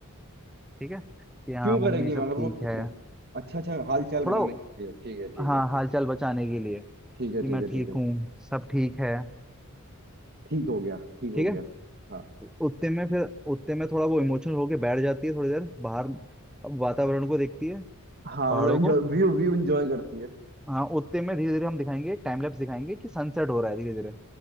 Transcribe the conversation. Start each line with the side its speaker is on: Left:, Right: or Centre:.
Centre: ठीक है कि हाँ
Right: क्यों करेगी
Centre: मम्मी सब
Right: मगर
Centre: ठीक
Right: वो क्यों
Centre: है
Right: अच्छा अच्छा हाल चाल बताने
Centre: थोड़ा
Right: के लिए ठीक है ठीक
Centre: हाँ
Right: है ठीक
Centre: हालचाल बचाने के लिए
Right: ठीक है
Centre: कि मैं
Right: ठीक है
Centre: ठीक
Right: ठीक है
Centre: हूँ सब ठीक है
Right: ठीक हो गया ठीक हो
Centre: ठीक
Right: गया
Centre: है
Right: हाँ
Centre: उतने में फिर उतने में थोड़ा वो इमोशनल होके बैठ जाती है थोड़ी देर बाहर वातावरण को देखती है
Right: हाँ
Centre: पहाड़ों
Right: मतलब एंजॉय
Centre: को
Right: व्यू व्यू एंजॉय करती है
Centre: हाँ उतने में धीरे धीरे हम दिखाएंगे टाइम लैप्स दिखाएंगे कि सनसेट हो रहा है धीरे धीरे